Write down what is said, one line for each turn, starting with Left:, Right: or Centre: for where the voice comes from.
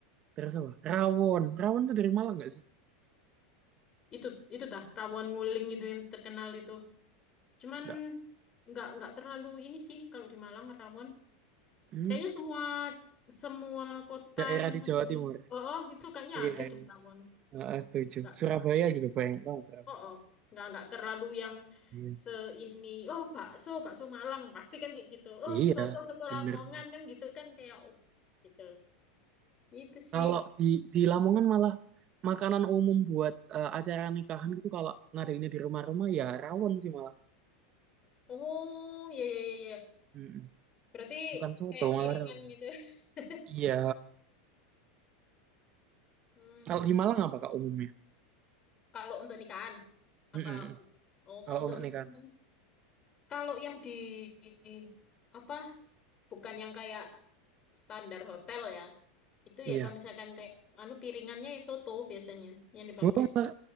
Right: terus apa? Rawon. Rawon tuh dari Malang nggak sih?
Left: Itu itu tah rawon nguling itu yang terkenal itu. Cuman
Right: Nggak.
Left: nggak nggak terlalu ini sih kalau di Malang rawon.
Right: Hmm,
Left: Kayaknya semua semua kota
Right: daerah
Left: yang
Right: di
Left: ada
Right: Jawa Timur.
Left: oh, oh itu kayaknya
Right: Iya.
Left: ada deh rawon.
Right: Heeh, setuju.
Left: Nggak
Right: Surabaya juga banyak banget rawon.
Left: oh, oh nggak nggak terlalu yang
Right: Iya.
Left: se ini oh bakso bakso Malang pasti kan kayak gitu. Oh
Right: Iya,
Left: soto soto
Right: bener-bener.
Left: Lamongan kan gitu kan kayak oh, gitu. Itu sih.
Right: Kalau di di Lamongan malah makanan umum buat eh, acara nikahan gitu kalau ngadainnya di rumah-rumah ya rawon sih malah.
Left: Oh, ya ya ya ya.
Right: Mm-mm.
Left: Berarti
Right: Bukan soto
Left: kayak
Right: malah
Left: piringan
Right: rawon.
Left: gitu. <laughs>
Right: Iya.
Left: Hmm,
Right: Kalau di Malang apa kak umumnya?
Left: kalau untuk nikahan
Right: Mm-mm.
Left: apa Oh,
Right: Kalau
Left: kalau untuk
Right: untuk
Left: nikahan.
Right: nikahan.
Left: Kalau yang di, di- apa? Bukan yang kayak standar hotel ya. Itu
Right: Iya.
Left: ya kalau misalkan kayak anu piringannya ya soto biasanya yang dipakai.
Right: Gua malah,